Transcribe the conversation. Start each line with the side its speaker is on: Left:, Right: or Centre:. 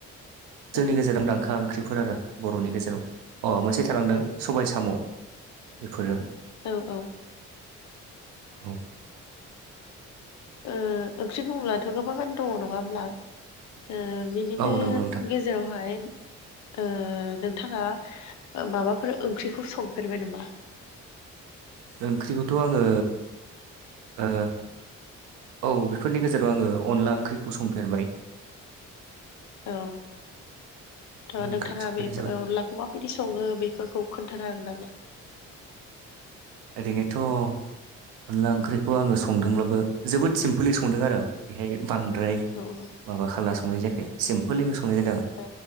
Left: औ
Right: जोंनि गेजेराव दांखा ओंख्रिफोरानो बर'नि गेजेराव, अ मोनसे थालांदों
Left: औ
Right: सबाय साम'। बेफोरो
Left: औ औ।
Right: औ
Left: ओ ओंख्रि बुंब्ला थो गोबागान दङ नङा होमब्ला। ओ बिनिनो
Right: औ नंगौ नोंथां
Left: गेजेरावहाय ओ नोंथाङा माबाफोर ओंख्रिखौ संफेरबाय नामा?
Right: ओंख्रिखौथ' आङो ओ औ बेफोरनि गेजेराव आङो अनला ओंख्रिखौ संफेरबाय
Left: औ
Right: अनला
Left: थ' नोंथाङा
Right: ओंख्रि संफेरनाय
Left: बे
Right: जाबाय
Left: अनलाखौबा बिदि सङो बेफोरखौ खोन्थानो हागोन नामा?
Right: ओरैनोथ' अनला ओंख्रिखौ आङो संदोंब्लाबो जोबोद सिमपलि संदों आरो बेहाय बांद्राय
Left: औ औ
Right: माबा खाला संनाय जायाखै सिमपोलैनो संनाय जादों
Left: औ।